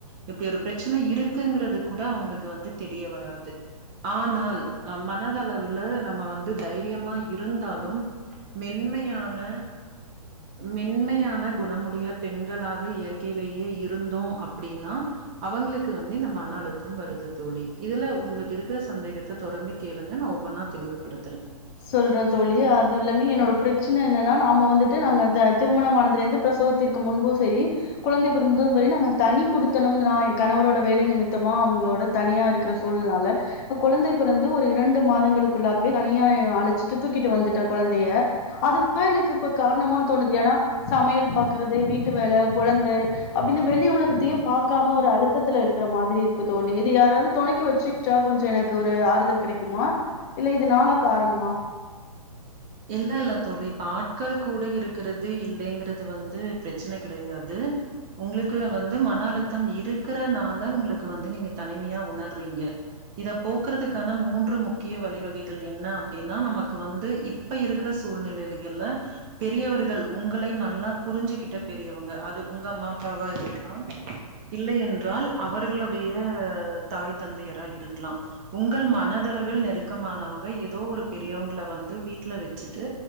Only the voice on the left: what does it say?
சொல்ற தோழி அது இல்லாம என்னோட பிரச்சன என்னனா நாம வந்துட்டு நாங்க த திருமணமானதுலேர்ந்து பிரசவத்திற்கு முன்பு செரி குழந்தை பிறந்தும்பெரி நாங்க தனி குடுத்தனம் நா ஏ கணவரோட வேலை நிமிர்த்தமா அவங்களோட தனியா இருக்குற சூழல்னால குழந்தை பிறந்து ஒரு இரண்டு மாதங்களுக்குள்ளாகவே தனி யாய் அழச்சிட்டு தூக்கிட்டு வந்துட்ட கொழந்தய அதுதா எனக்கு இப்ப காரணமோனு தோணுது ஏனா சமையல் பாக்குறது வீட்டு வேல குழந்த அப்டினு வெளி உலகத்தையே பாக்காம ஒரு அழுத் தத்துல இருக்குற மாதிரி இருக்கு தோழி இது யாராவது தொணைக்கி வச்சிக்டா கொஞ்சோ எனக்கு ஒரு ஆறுதல் கிடைக்குமா இல்ல இது நாதா காரணமா